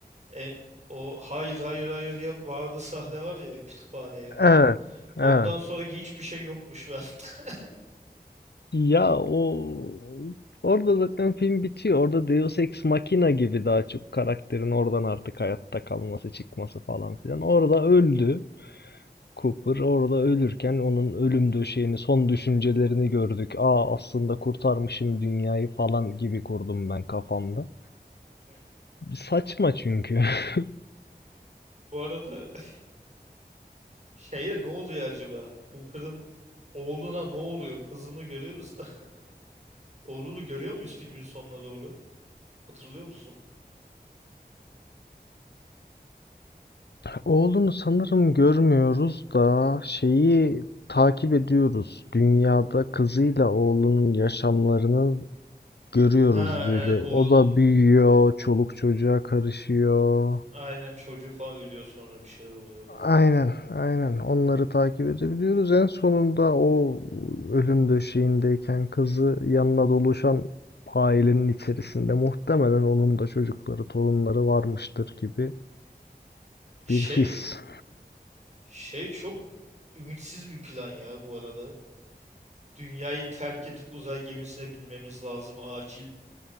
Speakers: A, on the right (about 45°); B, on the left (about 85°).
A: e, o hayır hayır hayır diye vardı <laughs> sahne var ya kütüphaneye.
B: Evet,
A: Ondan
B: evet.
A: sonraki hiçbir şey yokmuş <laughs> bende.
B: Ya o orada zaten film bitiyor. Orada Deus Ex Machina gibi daha çok karakterin oradan artık hayatta kalması, çıkması falan filan. Orada öldü. Cooper orada ölürken onun ölüm döşeğini, son düşüncelerini gördük. Aa aslında kurtarmışım dünyayı falan gibi kurdum ben kafamda.
A: Hmm.
B: Saçma çünkü. <laughs>
A: Bu arada <laughs> şeye ne oluyor acaba? Cooper'ın oğluna ne oluyor? Kızını görüyoruz da. <laughs> Oğlunu görüyor muyuz filmin sonuna doğru? Hatırlıyor musun?
B: Oğlunu sanırım görmüyoruz da şeyi takip ediyoruz. Dünyada kızıyla oğlunun yaşamlarını görüyoruz
A: Ha
B: böyle.
A: evet oğlunun
B: O da büyüyor, çoluk çocuğa karışıyor.
A: aynen çocuğu falan ölüyor sonra bir şeyler oluyor doğru.
B: Aynen, aynen. Onları takip edebiliyoruz. En sonunda o ölüm döşeğindeyken kızı yanına doluşan ailenin içerisinde muhtemelen onun da çocukları, torunları varmıştır gibi
A: Şey
B: bir his.
A: Şey çok ümitsiz bir plan ya bu arada. Dünyayı terk edip uzay gemisine binmemiz lazım acil.